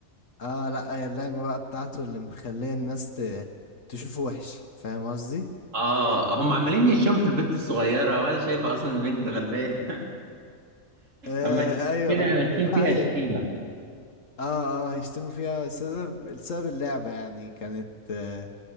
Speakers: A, on the left; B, on the right.
A: اه لا هي اللعبة بقى بتاعته اللي مخلية الناس ت... تشوفه وحش فاهم قصدي؟
B: اه هم عمالين يشموا في البنت الصغيرة وانا شايفة اصلا البنت غلبانة <laughs>
A: آه
B: عمالين
A: ايوه
B: كده انا اشم
A: لا
B: فيها
A: ايوه
B: شتيمة
A: اه اه هيشتموا فيها السبب السبب اللعبة يعني كانت آه